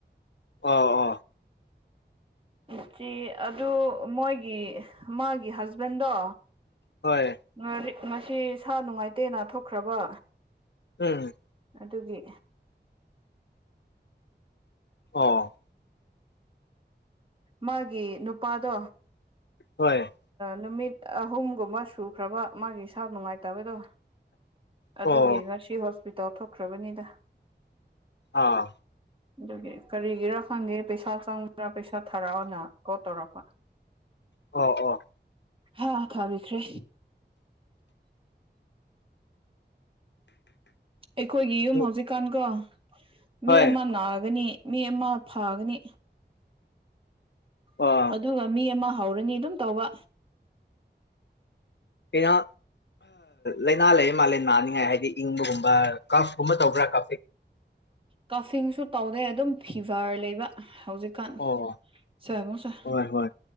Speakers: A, on the left; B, on the right.
A: ꯑꯣ ꯑꯣ
B: ꯏꯆꯦ ꯑꯗꯨ ꯃꯣꯏꯒꯤ ꯃꯥꯒꯤ ꯍꯁꯕꯦꯟꯗꯣ
A: ꯍꯣꯏ
B: ꯉꯔꯤꯛ ꯉꯁꯤ ꯁꯥ ꯅꯨꯡꯉꯥꯏꯇꯦꯅꯥ ꯊꯣꯛꯈ꯭ꯔꯕ
A: ꯎꯝ
B: ꯑꯗꯨꯒꯤ
A: ꯑꯣ
B: ꯃꯥꯒꯤ ꯅꯨꯄꯥꯗꯣ
A: ꯍꯣꯏ
B: ꯅꯨꯃꯤꯠ ꯑꯍꯨꯝꯒꯨꯝꯕ ꯁꯨꯈ꯭ꯔꯕ ꯃꯥꯒꯤ ꯏꯁꯥ ꯅꯨꯡꯉꯥꯏꯇꯕꯗꯣ ꯑꯗꯨꯒꯤ
A: ꯑꯣ
B: ꯉꯁꯤ ꯍꯣꯁꯄꯤꯇꯥꯜ ꯊꯣꯛꯈ꯭ꯔꯕꯅꯤꯗ
A: ꯑꯥ
B: ꯑꯗꯨꯒꯤ ꯀꯔꯤꯒꯤꯔꯥ ꯈꯪꯒꯦ ꯄꯩꯁꯥ ꯆꯪꯕ꯭ꯔꯥ ꯄꯩꯁꯥ ꯊꯥꯔꯛꯑꯣꯅ ꯀꯣꯜ ꯇꯧꯔꯛꯄ
A: ꯑꯣ ꯑꯣ
B: ꯍꯥ ꯈꯥꯕꯤꯈ꯭꯭ꯔꯦ ꯑꯩꯈꯣꯏꯒꯤ ꯌꯨꯝ
A: ꯎꯝ
B: ꯍꯧꯖꯤꯛꯀꯥꯟꯀꯣ ꯃꯤ
A: ꯍꯣꯏ
B: ꯑꯃ ꯅꯥꯒꯅꯤ ꯃꯤ ꯑꯃ ꯐꯥꯒꯅꯤ
A: ꯑꯣ
B: ꯑꯗꯨꯒ ꯃꯤ ꯑꯃ ꯍꯧꯔꯅꯤ ꯑꯗꯨꯝ ꯇꯧꯕ
A: ꯑꯩꯅ ꯂꯥꯏꯅꯥ ꯂꯩꯌꯦ ꯃꯥꯂꯦ ꯅꯥꯅꯤꯡꯉꯥꯏ ꯍꯥꯏꯗꯤ ꯏꯪꯕꯒꯨꯝꯕ ꯀꯥꯐꯀꯨꯝꯕ ꯇꯧꯕ꯭ꯔꯥ ꯀꯥꯐꯤꯛ
B: ꯀꯐꯤꯡꯁꯨ ꯇꯧꯗꯦ ꯑꯗꯨꯝ ꯐꯤꯚꯔ ꯂꯩꯕ ꯍꯧꯖꯤꯛ ꯀꯥꯟ
A: ꯑꯣ
B: ꯁꯦꯕꯁꯦ
A: ꯍꯣꯏ ꯍꯣꯏ